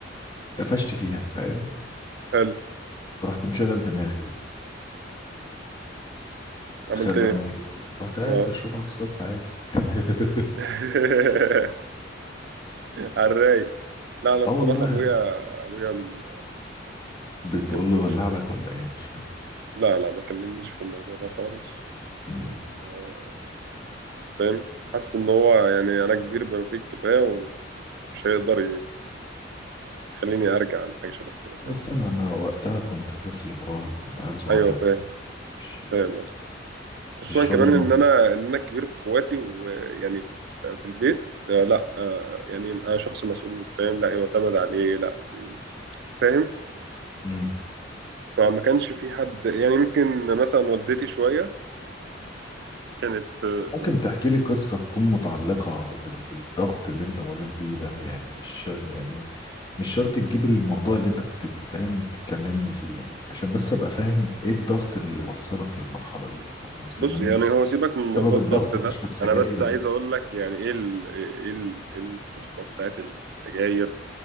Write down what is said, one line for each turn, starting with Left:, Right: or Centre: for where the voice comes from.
Left: اتقفشت فيها فاهم
Right: حلو
Left: فرحت مشغل دماغي بقى
Right: عملت
Left: تخيل
Right: ايه
Left: بقى عملت ايه رحت قاعد
Right: اه
Left: بشربها على السطح عادي <laughs>
Right: <laughs> على الرايق لا انا الصراحه
Left: اه والله
Right: ابويا ابويا م-
Left: بتقول
Right: ما كلمنيش
Left: له ولع لك ولا ايه مش فاهم
Right: لا لا ما كلمنيش في الموضوع ده خالص
Left: مم.
Right: تمام هو فاهم حاسس ان هو يعني انا كبير بما فيه الكفايه ومش هيقدر يخليني ارجع عن حاجه شبه كده فاهم
Left: بس انا انا وقتها كنت طفل مراهق كنت عيل صغير
Right: ايوه فاهم
Left: يعني مش
Right: فاهم قصدي
Left: ما كنتش
Right: خصوصا كمان
Left: راجل ناضج
Right: ان انا ان انا الكبير في اخواتي ويعني في البيت آه، لا آه، يعني انا شخص مسؤول فاهم لا يعتمد عليه لا فاهم
Left: إمم.
Right: فما كانش في حد يعني ممكن مثلا والدتي شويه كانت آه،
Left: ممكن تحكي لي قصة تكون متعلقة بال- بالضغط اللي انت مريت بيه ده يعني مش شرط يعني مش شرط تجيب الموضوع اللي انت كنت فاهم تتكلمني فيه يعني عشان بس ابقى فاهم ايه الضغط اللي وصلك للمرحلة دي ما هو اصل
Right: بص
Left: لما نت-
Right: يعني هو سيبك من موضوع
Left: سبب
Right: الضغط
Left: الضغط
Right: ده
Left: تشرب سجاير
Right: انا بس عايز
Left: ده
Right: اقول لك يعني ايه ال ايه ال إيه القصه بتاعت السجاير